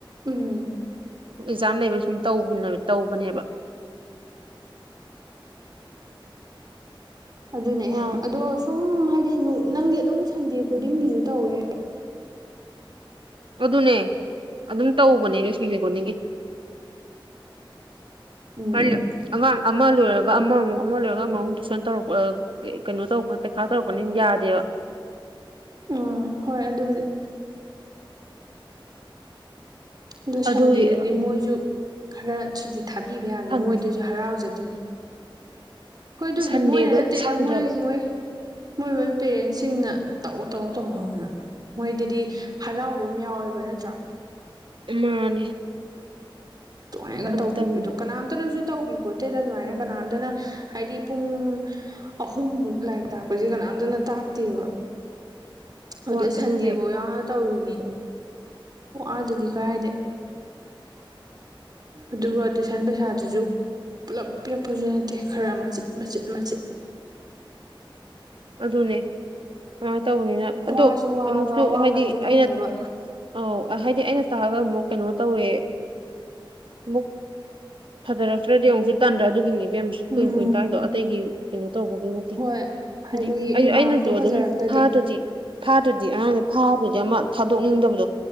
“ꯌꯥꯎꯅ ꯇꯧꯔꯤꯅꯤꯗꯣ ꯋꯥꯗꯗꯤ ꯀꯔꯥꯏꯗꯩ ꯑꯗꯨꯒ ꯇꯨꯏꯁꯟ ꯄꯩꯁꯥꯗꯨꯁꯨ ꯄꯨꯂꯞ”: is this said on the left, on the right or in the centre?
Right